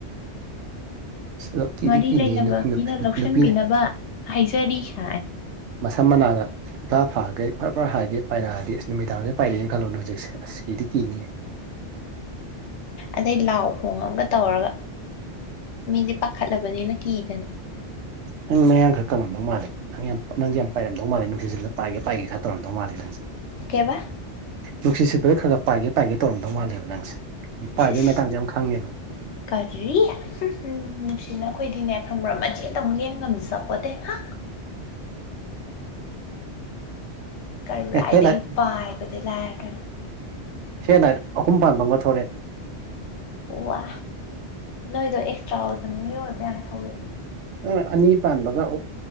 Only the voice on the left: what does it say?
ꯃꯔꯤ
ꯂꯩꯅꯕ ꯃꯤꯅ ꯂꯧꯁꯤꯟꯕꯤꯅꯕ
ꯍꯥꯏꯖꯔꯤ ꯍꯥꯏ
ꯑꯗꯩ ꯂꯥꯎ ꯈꯣꯡ ꯑꯃꯒ ꯇꯧꯔꯒ ꯃꯤꯗꯤ ꯄꯥꯈꯠꯂꯕꯅꯤꯅ ꯀꯤꯗꯅ
ꯀꯩꯕ
ꯏꯁ ꯏꯁ
ꯀꯔꯤ ꯍꯨꯝ ꯅꯨꯡꯁꯤꯅ ꯑꯩꯈꯣꯏꯗꯤꯅꯦ ꯈꯪꯕ꯭ꯔꯣ ꯃꯆꯦꯠꯇ ꯂꯦꯝ ꯉꯝ ꯖꯄꯣꯠꯇꯦ ꯍꯥ ꯀꯔꯥꯏꯗꯒꯤ
ꯄꯥꯏꯕꯗꯤ ꯂꯥꯏꯔꯗꯅ
ꯋꯥ ꯅꯣꯏꯗꯣ ꯑꯦꯛꯁꯇ꯭ꯔꯥ ꯑꯣꯗꯅꯔꯤ ꯑꯣꯏꯕ ꯌꯥꯝ ꯊꯧꯔꯛꯑꯦ